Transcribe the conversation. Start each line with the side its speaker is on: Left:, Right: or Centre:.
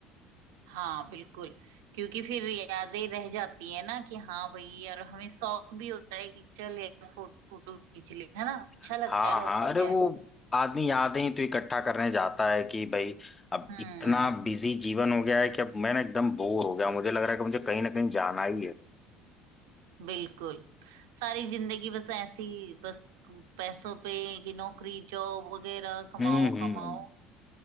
Right: हाँ बिल्कुल क्योंकि फिर यादें रह जाती है ना कि हाँ भाई यार हमें शौक भी होता है कि चल यार फोटो फोटो खींच ले है ना अच्छा
Left: हाँ
Right: लगता है और
Left: हाँ
Right: तो
Left: अरे
Right: क्या
Left: वो
Right: है
Left: आदमी यादें तो इकट्ठा करने जाता है कि भाई अब
Right: हम्म
Left: इतना बिजी जीवन हो गया है कि अब मैं ना एकदम बोर हो गया मुझे लग रहा है कि मुझे कहीं ना कहीं जाना ही है
Right: बिल्कुल सारी जिंदगी बस ऐसी बस पैसों पे कि नौकरी जॉब वगैरह कमाओ
Left: हम्म हम्म
Right: कमाओ